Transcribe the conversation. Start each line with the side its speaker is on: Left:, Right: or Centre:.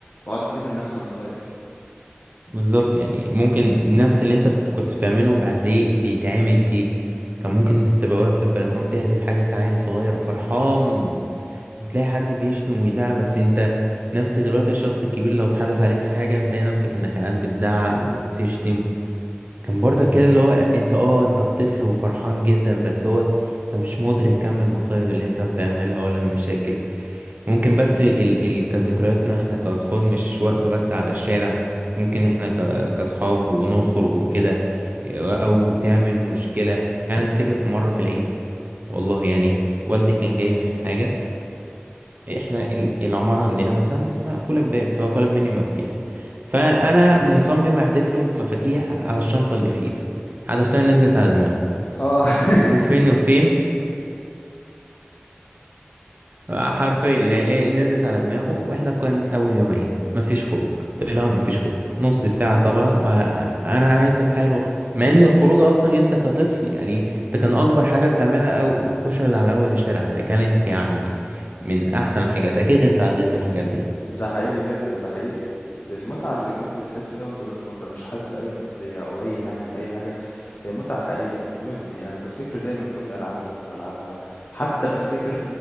Left: بقعد افتكر نفسي وانا صغير
Right: بالظبط يعني ممكن نفس اللي انت بت- كنت بتعمله هتلاقيه بيتعمل فيك كان ممكن تبقى واقف في البلكونة تهدف حاجة كعيل صغير وفرحان وتلاقي حد بيشتم ويزعق بس انت نفس دلوقتي الشخص الكبير لو اتحدف عليك حاجة بتلاقي نفسك انك قاعد بتزعق وبتشتم كان برضك كده اللي هو انت اه انت الطفل وفرحان جدا بس هو انت مش مدرك كم المصايب اللي انت بتعملها ولا المشاكل ممكن بس ال ال كذكرياتنا احنا كأطفال مش واقفة بس على الشارع ممكن احنا ك كأصحاب ونخرج وكده او تعمل مشكلة يعني انا افتكر في مرة في العيد والله يعني والدي كان جاي من حاجة احنا ال- العمارة عندنا مثلا مقفولة بباب فهو طالب مني مفاتيح فأنا مصمم أحدف له مفاتيح على الشنطة اللي في إيده حدفتها نزلت على دماغه
Left: اه
Right: وفين
Left: <laughs>
Right: وفين حرفيا يعني إيه، نزلت على دماغه واحنا كان أول يوم عيد مفيش خروج طلع مفيش خروج نص ساعة طبعا وأنا عايز أتحايل وأخرج مع إن الخروج أصلا أنت كطفل يعني أنت كان أكبر حاجة بتعملها أو الكشري اللي على أول الشارع ده كانت يعني من أحسن الحاجات أكيد أنت عديت بالحاجات دي
Left: ده حقيقي جدًا، ده حقيقي. المتعة اللي كنت بتحس بيها وأنت طفل وأنت مش حاسس بأي مسؤولية أو أي هَم لأي حاجة، هي متعة حقيقية 100%. أنا بافتكر دايمًا كل الألعاب اللي كنت بالعبها، حتى بافتكر